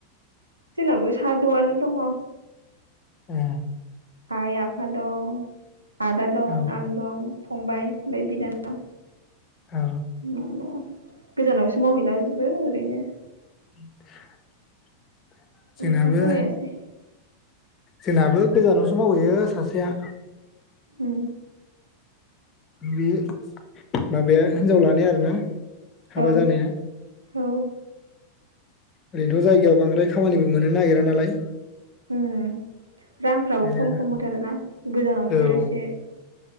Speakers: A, on the right (about 75°); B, on the left (about 30°).
A: जोंनावबो सादवानो दङ
B: ए
A: आइ आफा दं आदा दं
B: औ
A: आं दं फंबाय ओमफ्राय बिनानाव
B: औ
A: नआव दङ गोजानावसो मावहैलाजोबो ओरैनो
B: <inaudible> जोंनाबो
A: लेखा फराय आसै
B: जोंनाबो गोजानावसो मावहैयो सासेया
A: ओम
B: बे माबाया हिनजाव लानाया आरो ना हाबा
A: औ
B: जानाया
A: औ
B: ओरैनोथ' जायगायाव बांद्राय खामानिबो मोननो नागिरा नालाय
A: ओम रांफ्राबो
B: ओंखायनो
A: खम खम होथारोना गोजानावसो
B: औ
A: एसे